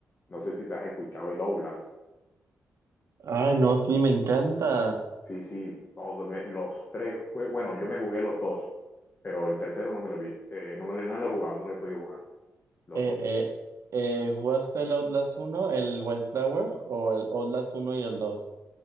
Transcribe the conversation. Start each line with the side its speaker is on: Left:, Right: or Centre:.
Left: no sé si te has escuchado el Oblast.
Right: ay, no, sí, me encanta.
Left: Sí, sí, todos me- los tres juegos, bueno, yo me jugué los dos, pero el tercero no me lo he visto, eh, no me lo no lo he jugado, no lo he podido jugar. los
Right: Eh,
Left: dos
Right: eh, eh, ¿jugaste el Outlast uno el Wildflower o el Outlast uno y el dos